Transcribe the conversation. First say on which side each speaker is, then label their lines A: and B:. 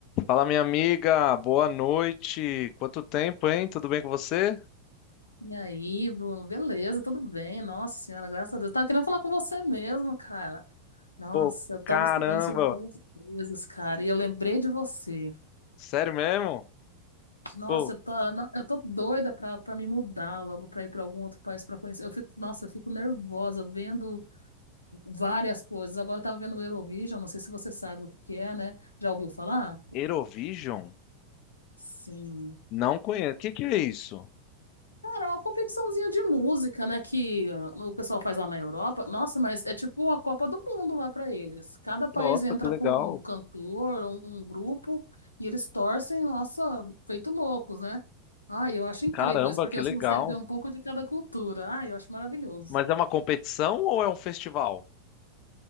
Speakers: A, on the left; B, on the left.
A: Fala, minha amiga, boa noite. Quanto tempo, hein? Tudo bem com você?
B: E aí, Bruno? Beleza, tudo bem? Nossa senhora, graças a Deus. Tava querendo falar com você mesmo, cara. Nossa,
A: Pô,
B: eu tava
A: caramba!
B: estudando sobre várias coisas, cara, e eu lembrei de você.
A: Sério mesmo?
B: Nossa,
A: Pô,
B: eu tô, eu tô doida pra, pra me mudar logo, pra ir pra algum outro país pra conhecer. Eu fico, nossa, eu fico nervosa vendo várias coisas. Agora eu tava vendo o Eurovision, não sei se você sabe o que que é, né? Já ouviu falar?
A: Eurovision?
B: Sim.
A: Não conheço. O que que é isso?
B: Cara, é uma competiçãozinha de música, né, que ah, o pessoal faz lá na Europa. Nossa, mas é tipo uma Copa do Mundo lá pra eles. Cada país
A: Nossa,
B: entra
A: que legal.
B: com um cantor, um grupo, e eles torcem, nossa, feito loucos, né? Ai, eu acho incrível
A: Caramba,
B: isso, porque
A: que
B: você
A: legal.
B: consegue ver um pouco de cada cultura. Ai, eu acho maravilhoso.
A: Mas é uma competição ou é um festival?